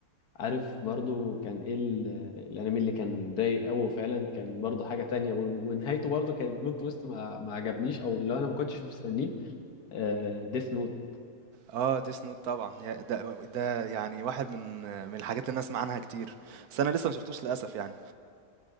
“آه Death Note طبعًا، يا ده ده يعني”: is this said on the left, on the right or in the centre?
Right